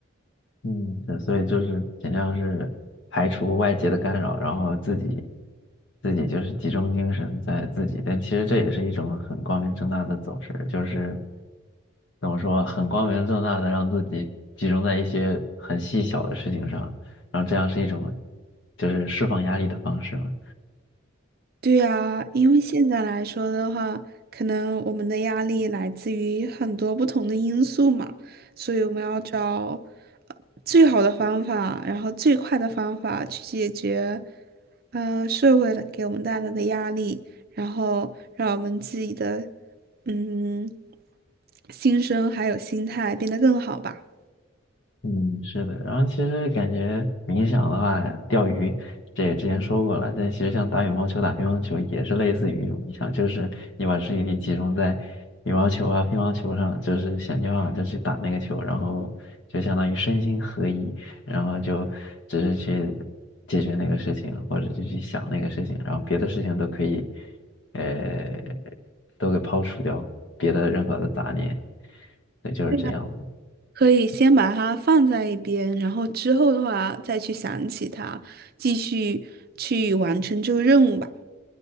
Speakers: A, on the left; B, on the right.
A: 嗯，对所以就是尽量是排除外界的干扰，然后自己自己就是集中精神在自己，但其实这也是一种很光明正大的走势，就是怎么说，很光明正大的让自己集中在一些很细小的事情上，然后这样是一种就是释放压力的方式嘛。
B: 对呀，因为现在来说的话，可能我们的压力来自于很多不同的因素嘛，所以我们要找呃最好的方法，然后最快的方法去解决，呃，社会的给我们带来的压力，然后让我们自己的，嗯，心声还有心态变得更好吧。
A: 嗯，是的，然后其实感觉冥想的话，钓鱼这也之前说过了，但其实像打羽毛球、打乒乓球也是类似于一种冥想，就是你把注意力集中在羽毛球啊、乒乓球上，就是想尽办法就去打那个球，然后就相当于身心合一，然后就只是去解决那个事情，或者就去想那个事情，然后别的事情都可以，呃，都给抛除掉，别的任何的杂念，对，就是这样的。
B: 对呀可以先把它放在一边，然后之后的话再去想起它，继续去完成这个任务吧。